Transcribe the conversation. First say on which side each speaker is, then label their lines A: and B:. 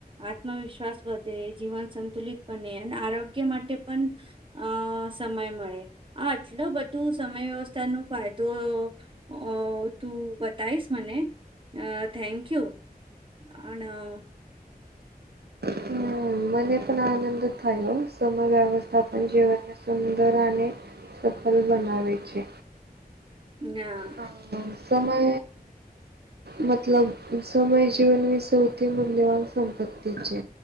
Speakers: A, on the right; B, on the right.
A: આત્મવિશ્વાસ વધે, જીવન સંતુલિત બને, અને આરોગ્ય માટે પણ અ સમય મળે, આ આટલો બધું સમય વ્યવસ્થા નો ફાયદો અ તું બતાવીશ મને, અ થેન્કયુ. અને અ
B: હમ મને પણ આનંદ થાય સમય વ્યવસ્થાપન જીવન સુંદર અને, સફલ બનાવે છે.
A: હા.
B: હા સમય મતલબ સમય જીવનની સૌથી મૂલ્યવાન સંપત્તિ છે.